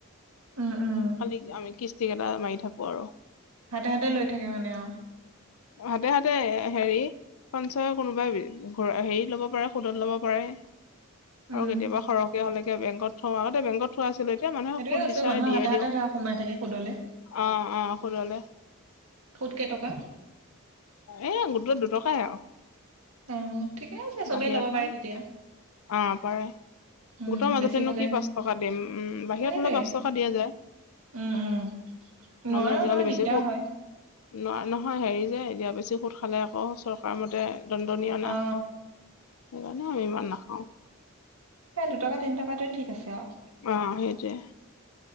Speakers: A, on the right; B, on the left.
A: উম উম
B: খালি আমি কিস্তি কেইটা মাৰি থাকো আৰু
A: হাতে হাতে লৈ থাকে মানে আৰু
B: হাতে হাতে হেৰি পঞ্চয় কোনোবাই হেৰি ল'ব পাৰে সুদত লব পাৰে আৰু
A: উম
B: কেতিয়াবা সৰহকে হলেকে বেকত থোৱা আগতে বেংকত থোৱা আছিলো এতিয়া মানুহে
A: সেইটোকে
B: সুত
A: কৈছো
B: বিচাৰে
A: মানুহৰ
B: দিয়ে
A: হাতে হাতে
B: দিওঁ
A: ধৰা সোমাই থাকে সুদলে
B: অ অ সুুদলে
A: সুদ কেইটকা
B: এ গোটত দুটকাই আৰু
A: অ ঠিকে আছে চবেই
B: বাহিৰতহে
A: ল'ব পাৰে তেতিয়া
B: অ পাৰে
A: উম
B: গোটৰ মাজতেনো
A: বেছি হলে
B: কি পাঁচ টকা দিম উ বাহিৰত
A: সেইটোৱে
B: হলে পাঁচ টকা দিয়া যায়।
A: উম উম নোৱাৰেও
B: মালহ আজিকালি
A: নহয়
B: বেছি
A: দিগদাৰ
B: সোত
A: হয়
B: নহ নহয় হেৰি যে এতিয়া বেছি সোধ খালে আকৌ চৰকাৰ মতে দণ্ডনীয় অনা
A: অ
B: সেইকাৰণে আমি ইমান নাখাও।
A: এ দুটকা তিন টকাটোয়ে ঠিক আছে আৰু।
B: অ', সেইটোৱে